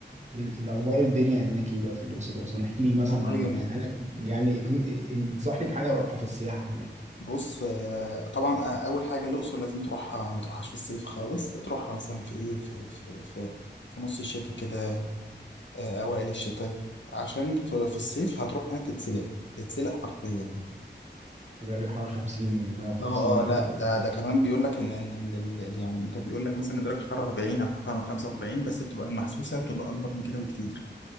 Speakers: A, on the right (about 40°); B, on the left (about 75°).
A: ال- الاخبار الدنيا هناك ايه بقى في الاقصر واسوان احكي لي مثلا
B: والله
A: عن
B: جامده
A: انا يعني اقن- انصحني بحاجه اروحها في السياحه هناك
B: بص آه طبعا آه اول حاجه الاقصر لازم تروحها ما تروحهاش في الصيف خالص تروحها مثلا في ايه في في في, في نص الشتاء كده آه اوائل الشتاء عشان في, في الصيف هتروح هناك تتسلق تتسلق حرفيا
A: درجه الحراره 50 و150
B: اه
A: ولا
B: اه لا
A: حاجه 30
B: ده ده كمان بيقول لك ان ان ال- ال- ال- يعني انت بيقول لك مثلا درجه الحراره 40 او 45 بس بتبقى المحسوسه بتبقى اكبر من كده بكتير